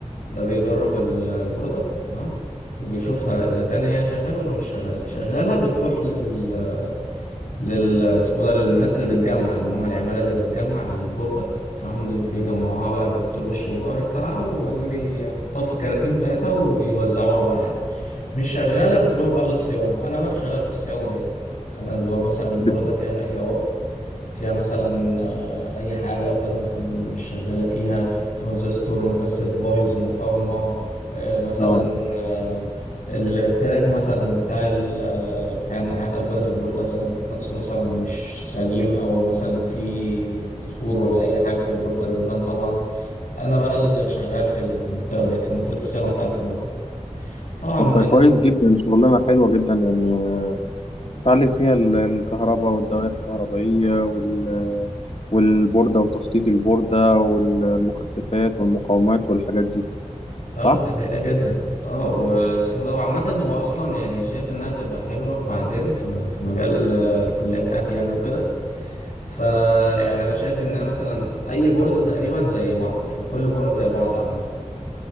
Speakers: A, on the left; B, on the left.
A: ده بيجرب ال- البورده تمام وبيشوفها اذا كان هي شغاله ولا مش شغاله شغاله بتروح لل لل اسمه ده للناس اللي بتجمع اللي هم العماله اللي بتجمع البورده تمام دول بيجمعوها بقى بيحطوا الوش والظهر بتاعها وبعدين بيحطوها في الكراتين بتاعتها ويوزعوها بقى عادي مش شغالة بتروح بقى للصيانة أنا بقى شغال في الصيانة دي أنا اللي هو مثلا البوردة
B: بت-
A: فيها أي عطل فيها مثلا آه، أي حاجة أو كده مثلا مش شغالة فيها ترانزستور مكثف بايظ مقاومة آه، مثلا
B: اه
A: آه، التراك مثلا بتاع ال- آه، بتاع النحاس أو كده في البوردة نفسه مثلا مش سليم أو مثلا في كسور ولا أي حاجة في البوردة بتبان طبعا أنا بقى اللي شغال في المنطقة ديت في منطقة الصيانة بتاعة البوردة طبعا
B: طب ده كويس جدا شغلانة حلوة جدا يعني آه، تتعلم فيها ال- الكهرباء والدوائر الكهربائية وال والبوردة وتخطيط البوردة والمكثفات والمقاومات والحاجات دي صح؟
A: اه ده حقيقة جدا اه واسمه ده وعامة هو أصلا يعني شايف إنها تبقى حلوة بعدين في م- في مجال آه، الكلية بتاعتي يعني وكده فا يعني أنا شايف إن مثلا أي بورد تقريبا زي بعض يعني كل البورد زي بعض عامة